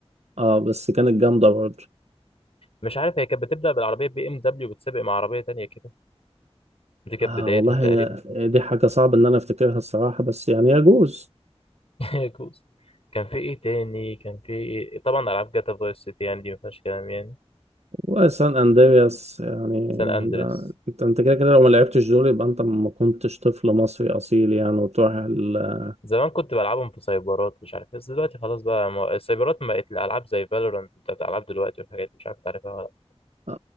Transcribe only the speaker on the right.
اه بس كانت جامدة برضه
اه
والله
هي هي دي حاجة صعب ان انا افتكرها الصراحة بس يعني يجوز
وسان اندرياس يعني
ده انت انت كده كده لو ما لعبتش دول يبقى انت ما كنتش طفل مصري اصيل يعني وتروح ال...
اه